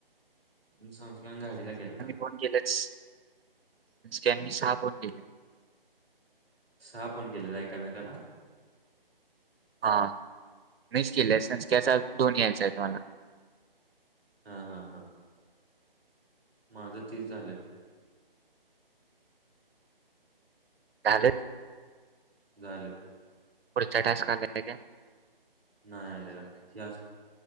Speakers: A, in the centre; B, on the right.
A: संस्कारण गाडीला गेलता
B: म्हजे लक्ष कनीहा पण दिले
A: सहा फोन केलेला आहे का मेकाला
B: हा मिस केली आहे संकचा दोन यायच आहे तुम्हाला
A: हा हा हा माझं तीच झालेत
B: लेल
A: झालेत
B: पुढ चटाच काले का
A: नाही आलेलाज